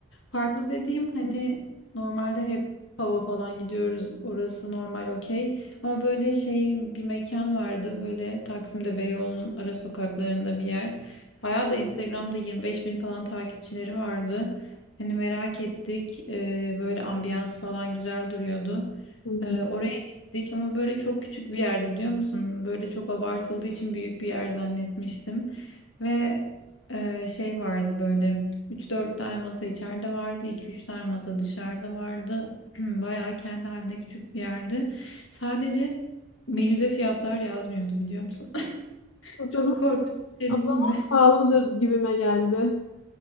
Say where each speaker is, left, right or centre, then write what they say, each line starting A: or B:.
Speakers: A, on the left; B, on the left.
A: Farklı dediğim hani normalde hep pub'a falan gidiyoruz. Orası normal okey. Ama böyle şey bir mekan vardı böyle Taksim'de Beyoğlu'nun ara sokaklarında bir yer. Bayağı da Instagram'da 25 bin falan takipçileri vardı. Hani merak ettik. Ee, böyle ambiyans falan güzel duruyordu.
B: Hı hı.
A: Oraya Dik ama böyle çok küçük bir yerdi biliyor musun? Böyle çok abartıldığı için büyük bir yer zannetmiştim. Ve e, şey vardı böyle üç dört tane masa içeride vardı, iki üç tane masa dışarıda vardı. <clears throat> Bayağı kendi halinde küçük bir yerdi. Sadece menüde fiyatlar yazmıyordu biliyor musun? <laughs>
B: O zaman,
A: Çok korkunç bir şey
B: o
A: değil mi?
B: zaman pahalıdır gibime geldi.